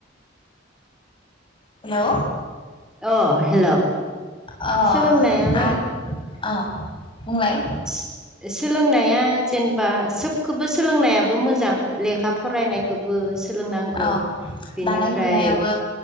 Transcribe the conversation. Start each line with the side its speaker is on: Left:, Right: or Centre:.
Left: हेलौ।
Centre: ओ अ हेल'
Left: अ
Centre: सोलोंनायालाय
Left: आर अ। बुंलाय।
Centre: सि-सोलोंनाया जेनेबा सोबखोबो सोलोंनायाबो मोजां लेखा फरायनायखोब बो सोलोंनांगौ
Left: औ
Centre: बेनिफ्राय
Left: दानाय लुनायाबो